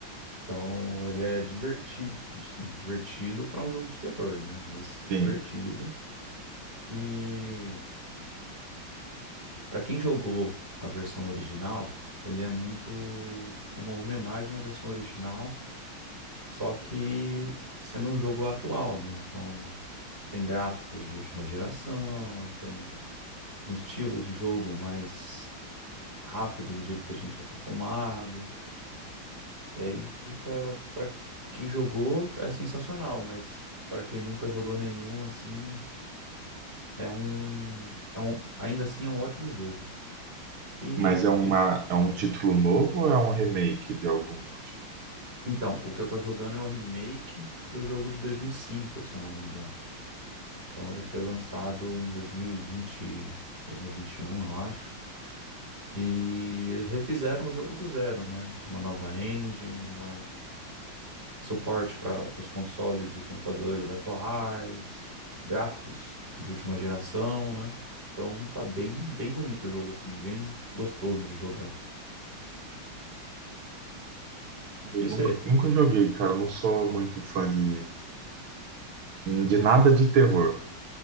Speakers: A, on the right (about 30°); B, on the right (about 85°).
A: Então, ele é divertido, sim, divertido para um jogo de terror, né? Mas divertido.
B: sim.
A: E para quem jogou a versão original, ele é muito uma homenagem à versão original, só que sendo um jogo atual, né? Então, tem gráficos de última geração, tem um estilo de jogo mais rápido do jeito que a gente é acostumado. E aí fica para quem jogou é sensacional, mas para quem nunca jogou nenhum assim, é um, é um ainda assim é um ótimo jogo. E,
B: Mas é uma
A: e
B: é um título novo ou é um remake de algum motivo?
A: então, o que eu tô jogando é o remake do jogo de 2005, se eu não me engano. Então ele foi lançado em 2020, 2021, eu acho. E eles refizeram o jogo do zero, né? Uma nova engine, uma suporte para os consoles e computadores atuais, gráficos de última geração, né? Então tá bem, bem bonito o jogo, assim, bem gostoso de jogar.
B: Ah, Eu
A: E
B: nunca,
A: você?
B: nunca joguei, cara. Eu Não sou muito fã de, de nada de terror.